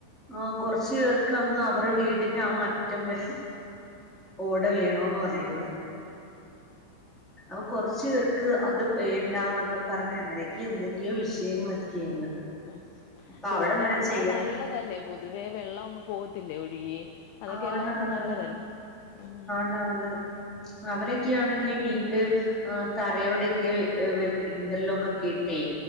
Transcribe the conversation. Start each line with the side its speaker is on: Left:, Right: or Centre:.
Centre: ആ കുറച്ചു പേർക്ക് അങ്ങ് അവർ അവടെ വീടിന്റെ ആ അറ്റം വരെ ഓട വേണോന്ന് പറയുന്നത് അപ്പൊ കൊറച്ച പേർക്ക് അത് വേണ്ടന്നൊക്കെ പറഞ്ഞ അങ്ങനെയൊക്കെയ എന്തൊക്കെയോ വിഷയങ്ങളൊക്കെയങ്ങ്
Left: ഉം
Centre: അപ്പൊ
Left: പക്ഷെ
Centre: അവിടം
Left: ഓടെ
Centre: വരെ
Left: വന്നാ
Centre: ചെയ്യാം
Left: നല്ലതല്ലേ പൊതുവേ വെള്ളം ഒങ്ങ് പോകത്തില്ലേ ഒഴുകി അതൊക്കെ
Centre: ആണ്
Left: എല്ലാവർക്കും
Centre: ആണ്
Left: നല്ലതല്ല ഉം
Centre: ആണ് അവരൊക്കെയാണെങ്കിൽ വീട് തറയോടൊക്കെ ഇന്റർലോക്ക് കീട്ടെ